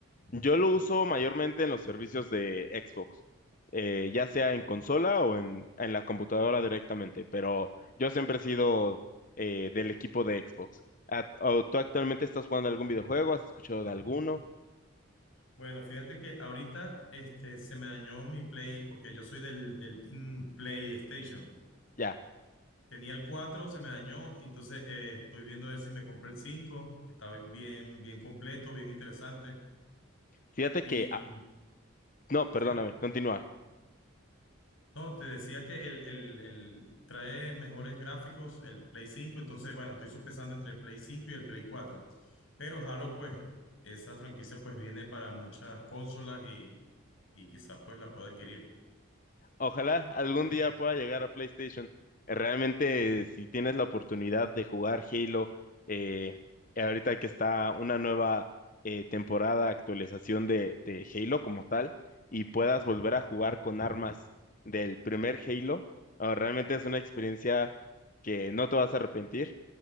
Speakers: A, on the left; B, on the left.
A: Yo lo uso mayormente en los servicios de Xbox, eh, ya sea en consola o en, en la computadora directamente, pero yo siempre he sido eh, del equipo de Xbox. ¿A- o ¿Tú actualmente estás jugando algún videojuego? ¿Has escuchado de alguno?
B: Bueno, fíjate que ahorita este, se me dañó mi Play, porque yo soy del, del Team PlayStation.
A: Ya.
B: Tenía el 4, se me dañó, y entonces eh, estoy viendo a ver si me compré el cinco. que está bien, bien completo, bien interesante.
A: Fíjate
B: Y
A: que, ah, no, perdóname,
B: sí,
A: continúa.
B: no, te decía que el, el- el- trae mejores gráficos el Play 5. entonces bueno, estoy sopesando entre el Play 5 y el Play 4. Pero Halo, pues, esa franquicia pues viene para muchas consolas y, y quizás pues la pueda adquirir.
A: Ojalá algún día pueda llegar a PlayStation. Eh, Realmente, si tienes la oportunidad de jugar Halo, eh, ahorita que está una nueva eh, temporada, actualización de, de Halo como tal, y puedas volver a jugar con armas del primer Halo, ah, realmente es una experiencia que no te vas a arrepentir.